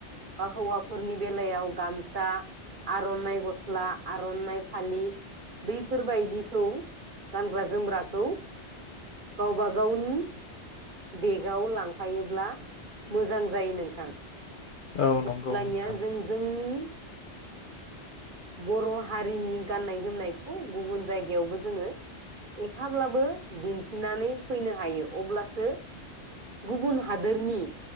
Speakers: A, on the right; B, on the left.
A: बा हौवाफोरनि बेलायाव गामसा आरनाइ गस्ला आरनाइ फालि बैफोरबायदिखौ गानग्रा जोमग्राखौ गावबा गावनि बेगाव लांफायोब्ला मोजां जायो नोंथां
B: औ नंगौ
A: अब्लानिया
B: नोंथां
A: जों जोंनि बर' हारिनि गाननाय जोमनायखौ गुबुन जायगायावबो जोङो एफाब्लाबो दिन्थिनानै फैनो हायो अब्लासो गुबुन हादोरनि